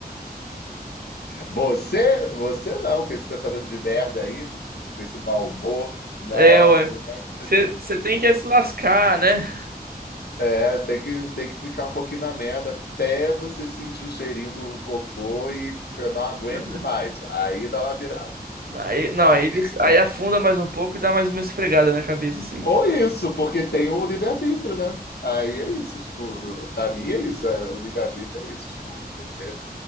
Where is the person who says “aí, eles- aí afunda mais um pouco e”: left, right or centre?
Right